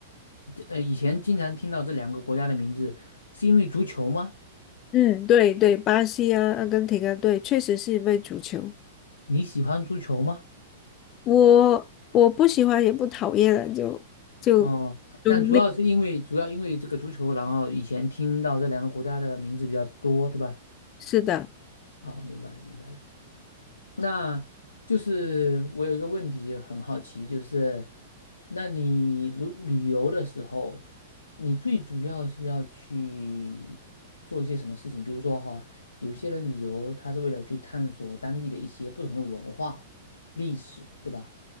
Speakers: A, on the left; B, on the left.
A: 呃以前经常听到这两个国家的名字，是因为足球吗？
B: 嗯，对对，巴西啊，阿根廷啊，对，确实是因为足球，
A: 你喜欢足球吗？
B: 我我不喜欢也不讨厌了，就就
A: 哦，
B: 中立，
A: 但主要是因为主要因为这个足球，然后以前听到这两个国家的名字比较多，对吧？
B: 是的。
A: 哦，明白了，明白了。那就是我有一个问题很好奇，就是那你如旅游的时候，你最主要是要去做一些什么事情？比如说哈，有些人旅游他是为了去探索当地的一些不同的文化、历史，对吧？